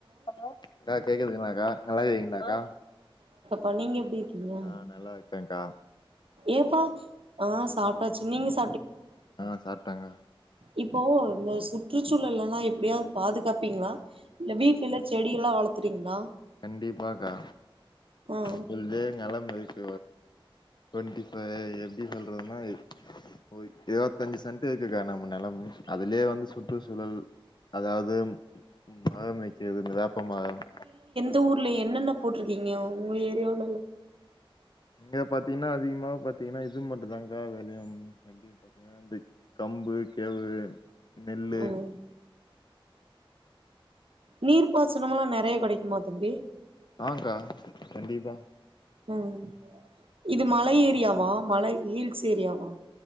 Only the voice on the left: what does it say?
Hello கா கேக்குதுக்குங்களா கா நல்லருக்கீங்களாக்கா
ஹா நல்லா இருக் கேன் கா
ஹா சாப்டக்கா
கண்டிப்பாக்கா
நம்மலே நிலம <unintelligible> டுவெண்டி ஃபைவ் செடிகள்னா ஒரு இருவத்தஞ்சு சென்ட் இருக்குக்கா நம்ம நெலம் அதிலே வந்து சுற்றுச்சூழல் அதாவது மரம் வைக்கிறது இந்த வேப்பமரம்
இங்க பாத்தீங்கன்னா அதிகமா பாத்தீங்கன்னா இது மட்டும் தாக்கா வெலயும் எப்டி பாத்தீங்கன்னா இந்த கம்பு கேவு நெல்லு
ஹாக்கா கண்டிப்பா